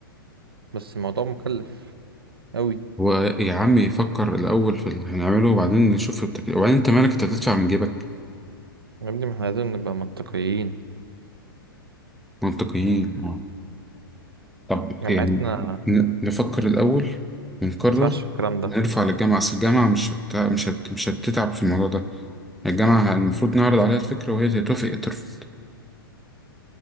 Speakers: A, on the right (about 75°); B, in the centre.
A: بس الموضوع مكلف أوي
B: هو يا عم يفكر الأول في اللي هنعمله وبعدين نشوف التكلفة وبعدين أنت مالك أنت هتدفع من جيبك
A: يا ابني ما احنا لازم نبقى منطقيين
B: منطقيين أه طب
A: جامعتنا
B: يعني ن- نفكر الأول ونقرر
A: ينفعش الكلام ده
B: نرفع للجامعة أصل الجامعة مش هت... مش هت... مش هتتعب في الموضوع ده الجامعة المفروض نعرض عليها الفكرة وهي يا توافق يا ترفض